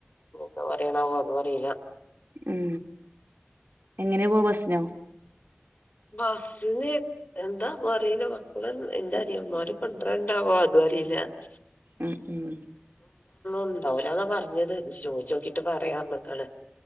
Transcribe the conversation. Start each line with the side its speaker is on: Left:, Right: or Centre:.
Left: <unintelligible> പറയ്ണാവോ അതുറീല
Right: ഉം എങ്ങനെ പോവ ബസ്സിനോ
Left: ബസ്സിന് എന്താവോ റില മക്കള് ന്റെ അനിയന്മാര് <unintelligible> <unintelligible>
Right: ഉം ഉം
Left: ഉണ്ടാവൂല ന്നാ പറഞ്ഞത് ചോയ്ചോക്കിട്ട് പറയാർഞ്ക്കാണ്